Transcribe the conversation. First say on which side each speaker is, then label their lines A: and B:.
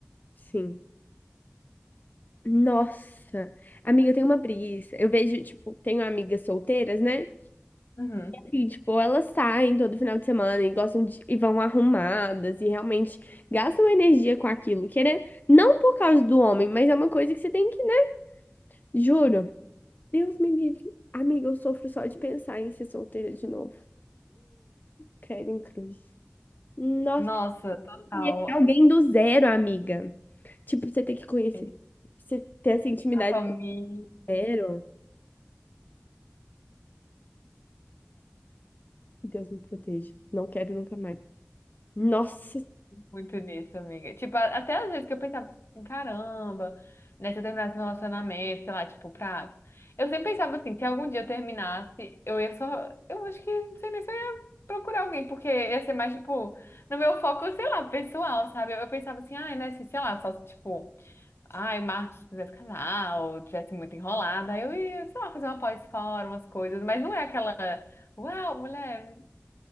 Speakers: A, on the left; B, on the left.
A: sim. Nossa, amiga, eu tenho uma preguiça. Eu vejo, tipo, tenho amigas solteiras, né?
B: Uhum.
A: E, tipo, elas saem todo final de semana e gostam de, e vão arrumadas e realmente gastam energia com aquilo, querer, não por causa do homem, mas é uma coisa que você tem que, né? Juro. Deus me livre. Amiga, eu sofro só de pensar em ser solteira de novo. Credo em cruz. Nossa,
B: Nossa, total.
A: e é alguém do zero, amiga. Tipo, você tem que conhecer,
B: É,
A: você ter essa intimidade
B: A família.
A: do zero. Deus me proteja. Não quero nunca mais. Nossa,
B: Muito nisso, amiga. Tipo, a- até às vezes que eu pensava assim, caramba, né, se eu terminasse meu relacionamento, sei lá, tipo, pra. Eu sempre pensava assim, se algum dia eu terminasse, eu ia só. Eu acho que, não sei nem se eu ia procurar alguém, porque ia ser mais, tipo, no meu foco, sei lá, pessoal, sabe? Eu, eu pensava assim, ai, né, se, sei lá, só, tipo, ai, o Marcos quisesse casar, ou tivesse muito enrolada, aí eu ia, sei lá, fazer uma pós-fora, umas coisas, mas não é aquela. Uau, mulher!